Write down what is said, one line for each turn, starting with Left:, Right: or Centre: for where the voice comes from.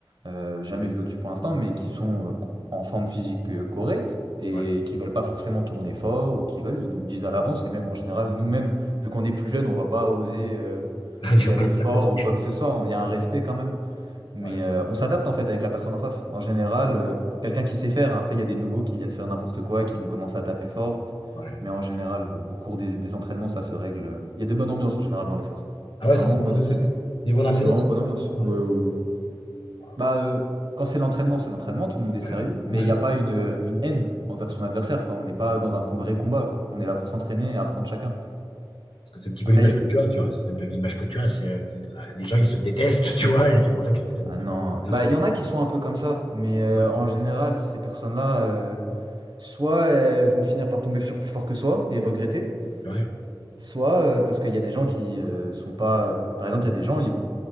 Right: euh, jamais vues au-dessus pour l'instant, mais qui sont euh, en forme physique euh, correcte et
Left: ouais,
Right: qui veulent pas forcément tourner fort ou qui veulent, ils nous le disent à l'avance. Et même, en général, nous-mêmes, vu qu'on est plus jeunes, on va pas oser euh,
Left: <laughs> ouais, tu
Right: y
Left: vas
Right: aller
Left: pas le
Right: fort
Left: tabasser,
Right: ou quoi que ce soit. Il y a un respect quand même. Mais
Left: ouais,
Right: euh, on s'adapte en fait avec la personne en face. En général, euh, quelqu'un qui sait faire, hein, après il y a des nouveaux qui viennent faire n'importe quoi, qui vont commencer à taper fort.
Left: ouais.
Right: Mais en général, euh, au cours des, des entraînements, ça se règle. euh. Il y a de bonnes ambiances en général dans les SAS.
Left: Ah ouais,
Right: Vraiment,
Left: ça c'est bonne
Right: moi, de
Left: ambiance.
Right: cirque.
Left: Il y a bonne
Right: Ah,
Left: ambiance.
Right: c'est vraiment bonne ambiance.
Left: Ah Ouais,
Right: Ouais, ouais, ouais.
Left: Ah,
Right: Bah, euh, quand c'est l'entraînement, c'est l'entraînement, tout le monde
Left: ouais,
Right: est sérieux,
Left: ouais,
Right: mais
Left: normal.
Right: il n'y a pas une, euh, une haine envers son adversaire, quoi. On n'est pas dans un co- vrai combat, quoi. On est là pour s'entraîner et apprendre chacun.
Left: Parce que c'est un petit peu
Right: Après,
Left: l'image
Right: il y a...
Left: que tu as, tu vois. C'est un peu l'image que tu as. C'est, euh, c'est la- les gens, ils se détestent, <laughs> tu vois, et c'est pour ça que c'est-
Right: Ah non.
Left: les
Right: Bah,
Left: autres-
Right: il y en a qui sont un peu comme ça, mais euh,
Left: Ouais,
Right: en général, ces personnes-là. euh, Soit elles vont finir par tomber sur plus fort que soi et regretter,
Left: ouais,
Right: soit euh, parce qu'il y a des gens qui euh, sont pas. euh, par exemple, il y a des gens, ils vont,